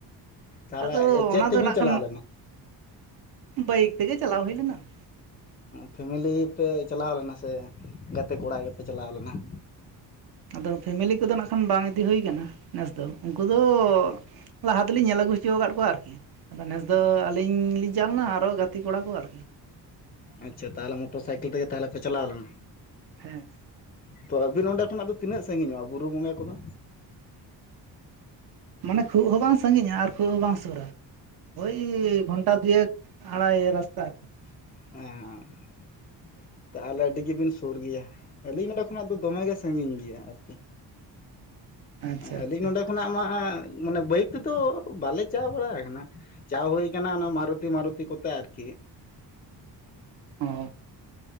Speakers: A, on the right; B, on the left.
A: ᱾
B: ᱛᱟᱦᱚᱞᱮ
A: ᱟᱫᱚ
B: ᱪᱮᱫ
A: ᱚᱱᱟ
B: ᱛᱮᱵᱤᱱ
A: ᱫᱚ ᱱᱟᱜ
B: ᱪᱟᱞᱟᱣ
A: ᱠᱷᱟᱱ
B: ᱞᱮᱱᱟ?
A: ᱵᱟᱹᱭᱤᱠ ᱛᱮᱜᱮ ᱪᱟᱣ ᱦᱩᱭ ᱞᱮᱱᱟ ᱾
B: ᱯᱷᱮᱢᱮᱞᱤ ᱯᱮ ᱪᱟᱞᱟᱣ ᱞᱮᱱᱟ ᱥᱮ ᱜᱟᱛᱮ ᱠᱚᱲᱟ ᱜᱮᱯᱮ ᱪᱟᱞᱟᱣ ᱞᱮᱱᱟ ᱾
A: ᱟᱫᱚ ᱯᱷᱮᱢᱮᱞᱤ ᱠᱚᱫᱚ ᱱᱟᱜ ᱠᱷᱟᱱ ᱵᱟᱝ ᱤᱫᱤ ᱦᱩᱭᱠ ᱱᱮᱥ ᱫᱚ ᱾ ᱩᱱᱠᱩ ᱫᱚ ᱞᱟᱦᱟ ᱛᱮᱞᱤᱧᱮᱞ ᱟᱹᱜᱩ ᱦᱚᱪᱚ ᱟᱠᱟᱫ ᱠᱚᱣᱟ ᱟᱨᱠᱤ ᱾ ᱟᱫᱚ ᱱᱮᱥ ᱫᱚ ᱟᱹᱞᱤᱧ ᱞᱤᱧ ᱪᱟᱞᱟᱣ ᱱᱟ ᱟᱨᱚ ᱜᱟᱛᱮ ᱠᱚᱲᱟ ᱠᱚ ᱟᱨᱠᱤ
B: ᱟᱪᱪᱷᱟ ᱛᱟᱦᱚᱞᱮ ᱢᱚᱴᱚᱨ ᱥᱟᱭᱠᱮᱞ ᱛᱮᱜᱮ ᱛᱟᱦᱚᱞᱮ ᱯᱮ ᱪᱟᱞᱟᱣ ᱞᱮᱱᱟ?
A: ᱦᱮᱸ ᱾
B: ᱛᱚ ᱟᱹᱵᱤᱱ ᱚᱸᱰᱮ ᱠᱷᱚᱱᱟᱜ ᱫᱚ ᱛᱤᱱᱟᱹᱜ ᱥᱟᱺᱜᱤᱧᱚᱜᱼᱟ ᱵᱩᱨᱩ ᱵᱚᱸᱜᱟ ᱠᱚᱫᱚ?
A: ᱢᱟᱱᱮ ᱠᱷᱩᱵ ᱦᱚᱸ ᱵᱟᱝ ᱥᱟᱺᱟᱹᱜᱤᱧᱟ ᱟᱨ ᱠᱷᱩᱵ ᱦᱚᱸ ᱵᱟᱝ ᱥᱩᱨᱟ ᱳᱭ ᱜᱷᱚᱱᱴᱟ ᱫᱩᱭᱮᱠ ᱟᱲᱟᱭ ᱨᱟᱥᱛᱟ ᱟᱨᱠᱤ
B: ᱦᱮᱸᱻ ᱛᱚ ᱟᱞᱮ ᱟᱹᱰᱤ ᱜᱮᱵᱮᱱ ᱥᱩᱨ ᱜᱮᱭᱟ ᱟᱹᱞᱤᱧ ᱱᱚᱰᱮ ᱠᱷᱚᱱᱟᱜ ᱫᱚ ᱫᱚᱢᱮ ᱥᱟᱺᱜᱤᱧ ᱜᱮᱭᱟ ᱟᱨᱠᱤ
A: ᱟᱪᱪᱷᱟ
B: ᱟᱹᱞᱤᱧ
A: ᱟᱪᱪᱷᱟ
B: ᱱᱚᱰᱮ ᱛᱚ ᱠᱷᱚᱱᱟᱜ ᱢᱟ ᱢᱟᱱᱮ ᱵᱟᱹᱭᱤᱠ ᱛᱮᱫᱚ ᱵᱟᱞᱮ ᱪᱟ ᱵᱟᱲᱟ ᱟᱠᱟᱱᱟ ᱪᱟ ᱦᱩᱭ ᱠᱟᱱᱟ ᱚᱱᱟ ᱢᱟᱨᱩᱛᱤ ᱢᱟᱨᱩᱛᱤ ᱠᱚᱛᱮ ᱟᱨᱠᱤ
A: ᱚ